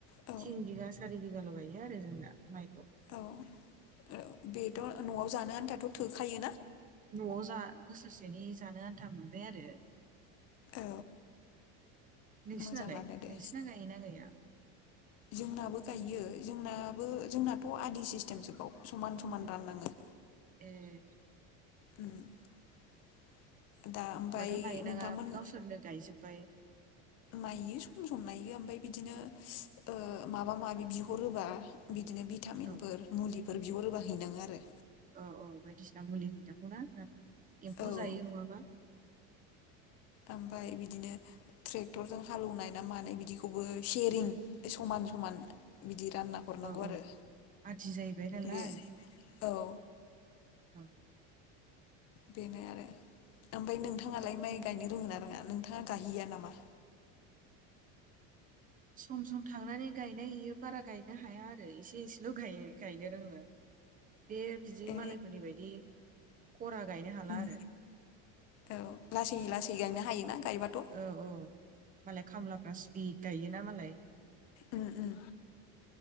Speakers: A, on the left; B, on the right.
A: औ
B: थिन बिगा सारि बिगाल' गायो आरो जोंना माइखौ।
A: औ ओ बेथ' न'आव जानो आनथाथ' थोखायो।
B: न'आव जा बोसोरसेनि जानो आन्था मोनबाय आरो।
A: औ
B: नोंसिनालाय
A: मोजांङानो दे
B: नोंसिना गायोना गाया
A: जोंनाबो गायो। जोंनाबो जोंनाथ' आदि सिस्टेमसोबाव समान समान राननाङो।
B: एह।
A: उम। दा
B: होमबाथ'
A: ओमफाय
B: नायनाङा
A: नोंथांमोन
B: गावसोरनो गायजोब्बाय
A: नायो सम सम नायो ओमफाय बिदिनो ओ माबा माबि बिहर होबा बि दिनो भिटामिनफोर
B: औ
A: मुलि बेफोर बिहरोबा हैनाङो आरो।
B: औ औ बायदिसिना मुलि हैनांगौना नोंथां। एम्फौ
A: औ
B: जायो नङाबा।
A: ओमफाय बिदिनो ट्रेक्टरजों हालोवनाय ना मानाय बिदिखौबो सेरिं समान समान बिदि रानना हरनांगौ
B: औ औ
A: आरो
B: आदि जाहैबाय नालाय
A: बे औ।
B: औ।
A: बेनो आरो ओमफाय नोंथांङालाय माइ गायनो रोङो ना रोङा नोंथाङा गायहैया नामा?
B: सम सम थांनानै गायनाय हैयो बारा गायनो हाया आरो एसे एसेल' गायो गायनो रोङो। बे बिदि
A: ए
B: मालायफोरनि बायदि खरा गायनो हाला
A: उम
B: आरो।
A: औ लासै लासै गायनो हायोना? गायबाथ'
B: औ औ मालाय खामला गासि बो गायो ना मालाय।
A: उम उम